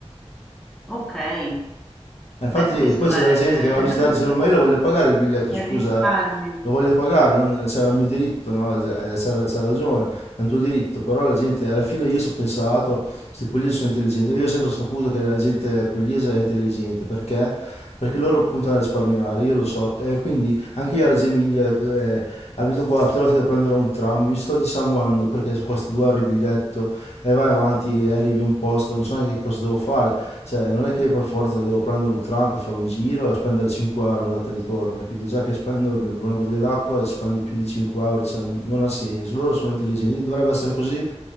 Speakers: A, in the centre; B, on the left.
A: Okay.
B: Eh, Infatti
A: Beh, questo
B: poi c'è
A: è
B: della gente
A: <laughs>
B: che va a visitare e dice ma io lo voglio pagare il biglietto,
A: è
B: scusa,
A: il risparmio.
B: eh. Lo voglio pagare, non- cioè, è il mio diritto, no? Eh, C'ha c'ha ragione, è un tuo diritto, però la gente, alla fine io ci ho pensato, questi pugliesi sono intelligenti, io ho sempre saputo che la gente pugliese è intelligente, perché? Perché loro puntano a risparmiare, io lo so, e quindi anche io a Reggio Emilia eh, abito qua, tutte le volte che devo prendere un un tram, mi sto dissanguando perché costa 2 euro il biglietto e vai avanti e arrivi a un posto, non so neanche cosa devo fare, cioè non è che per forza devo prendere un tram per fare un giro e spendere 5 euro andata e ritorno, capito? Già che spendo per una bottiglia d'acqua spendo più di 5 euro, cioè non, non ha senso, loro sono intelligenti, dovrebbe essere così